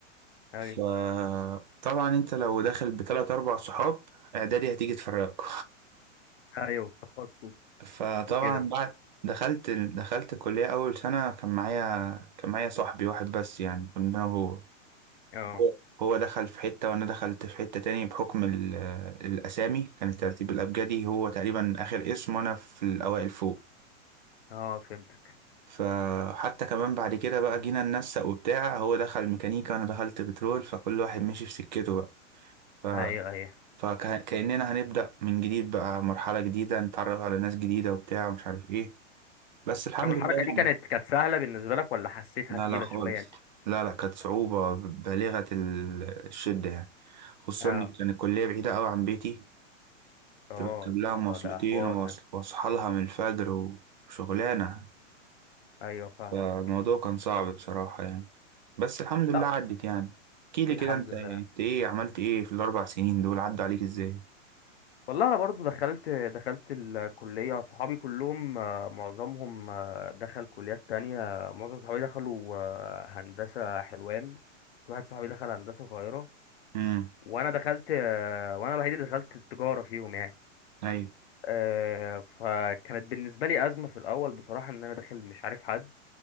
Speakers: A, on the left; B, on the right.
A: ايوه
B: فطبعا أنت لو داخل بتلات أربع صحاب إعدادي هتيجي تفرقك
A: ايوه تخصص
B: <laughs> فطبعا
A: وكده
B: بعد دخلت ال- دخلت الكلية أول سنة كان معايا كان معايا صاحبي واحد بس يعني كنا هو
A: اه
B: هو هو دخل في حتة وأنا دخلت في حتة تاني بحكم ال- الأسامي كان الترتيب الأبجدي هو تقريبا آخر اسم وأنا في الأوائل فوق
A: اه فهمتك
B: فحتى كمان بعد كده بقى جينا ننسق وبتاع هو دخل ميكانيكا وأنا دخلت بترول فكل واحد مشي في سكته بقى ف...
A: ايوه ايوه
B: فكأننا هنبدأ من جديد بقى مرحلة جديدة نتعرف على ناس جديدة وبتاع ومش عارف إيه بس الحمد
A: طب الحركة
B: لله
A: دي كانت
B: يعني
A: كانت سهلة بالنسبة لك ولا حسيتها
B: لا
A: تقيلة
B: لا خالص
A: شوية يعني؟
B: لا لا كانت صعوبة بالغة ال- الشدة يعني خصوصا
A: اه
B: إن كان الكلية بعيدة أوي عن بيتي
A: اه
B: تركب لها
A: ده
B: مواصلتين
A: ده ده حوار
B: وأص-
A: ده
B: وأصحى لها من الفجر وشغلانة
A: ايوه فاهمك
B: فالموضوع كان صعب بصراحة يعني بس الحمد لله
A: لا
B: عدت يعني احكيلي
A: الحمد
B: كده انت
A: لله
B: انت ايه عملت ايه في الأربع سنين دول عدوا عليك ازاي؟
A: والله انا برضو دخلت دخلت الكليه صحابي كلهم آه، معظمهم آه، دخل كليات تانية معظم صحابي دخلوا آه، هندسه حلوان في واحد صحابي دخل هندسه القاهره
B: امم
A: وانا دخلت آه، وانا الوحيد اللي دخلت التجاره فيهم يعني
B: أيوة
A: آه، فكانت بالنسبه لي ازمه في الاول بصراحه ان انا داخل مش عارف حد